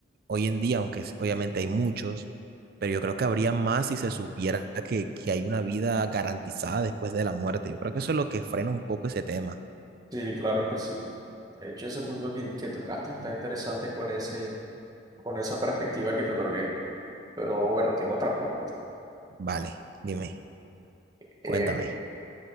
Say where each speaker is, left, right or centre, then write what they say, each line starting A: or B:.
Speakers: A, on the right; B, on the right.
A: hoy en día, aunque s- obviamente hay muchos, pero yo creo que habría más si se supiera que, que hay una vida garantizada después de la muerte. Yo creo que eso es lo que frena un poco ese tema.
B: Sí, claro que sí. De hecho, ese punto que, que tocaste está interesante con ese con esa perspectiva que te otorgué. Pero bueno, tengo otra pregunta.
A: Vale, dime,
B: Eh,
A: cuéntame.